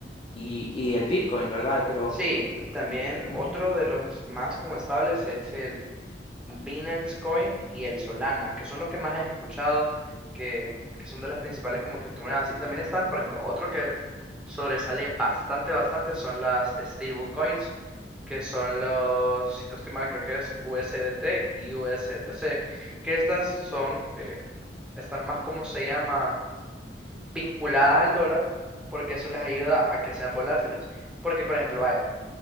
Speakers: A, on the left; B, in the centre.
A: y, y el Bitcoin, ¿verdad? Pero
B: Sí, y también
A: ujú,
B: otro de los más como estables es el Binance Coin y el Solana, que son los que más he escuchado, que, que son de las principales como criptomonedas. Y también están, por ejemplo, otro que sobresale bastante, bastante son las stable coins, que son los, si no estoy mal, creo que es USDT y USDC, que estas son, eh, están más como se llama, vinculadas al dólar, porque eso les ayuda a que sean volátiles. Porque, por ejemplo, vaya.